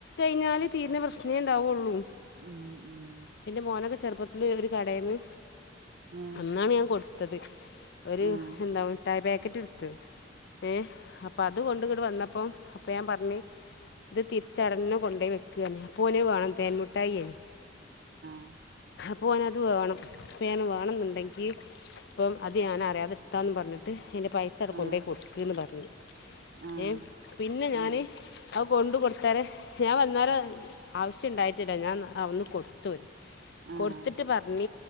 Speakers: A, on the left; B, on the right.
A: ഞ്ഞാല് തീര പ്രശ്നേ ഉണ്ടാവയുള്ളൂ
B: ഉം ഉം
A: പിെ മോനൊക്കെ ചെറുപ്പത്തില്ൽ ഒരു കടയിൽന്ന്
B: ആഹ്
A: അന്നാണ് ഞാൻ കൊടുത്തത് ഒരു
B: ആഹ്
A: എന്താ മുട്ടായ പാക്കറ്റ് എടുത്ത ഏ അപ്പൊ അത കൊണ്ട ഇങ്ങടെ വന്നപ്പ അപ്പൊ ഞാൻ പറഞ്ഞി ഇത് തിരിച്ചടന്ന്ു കൊണ്ട പോോയി വെക്കുകന്നെ അപ്പ നെ വേണം തേന്മുട്ടായി അനി
B: ഉം
A: പോൻത് വേണം പോൻ വേണമെന്നുണ്ടെങ്കിൽ അപ്പം അത് ഞാനൻറിയാതെത്താന്ന് പറഞ്ഞിട്ട് എ് പൈസ അവിടെ കൊണ്ടോയി
B: ആഹ്
A: കൊടുക്കന്ന് പറഞ്ഞു
B: ആഹ്
A: ഏ പിന്നെ ഞാൻ
B: ആഹ്
A: അത് കൊണ്ട് കൊടുത്ത തരെ ഞാൻ വന്നാൽ ആവശ്യം ഉണ്ടായിട്ടില്ല ഞാൻ ഒന്ന് കൊടുത്ത വരും
B: ആഹ്
A: കൊടുത്തിട്ട് പറഞ്ഞ